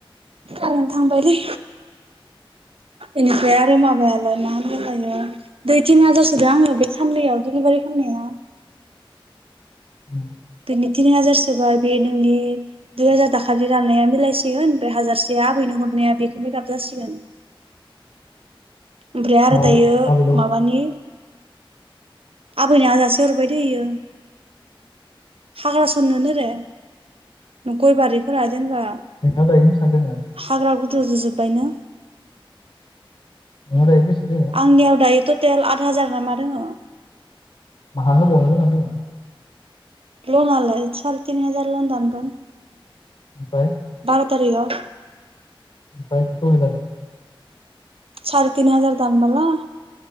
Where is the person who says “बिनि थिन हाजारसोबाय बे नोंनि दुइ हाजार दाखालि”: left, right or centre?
Right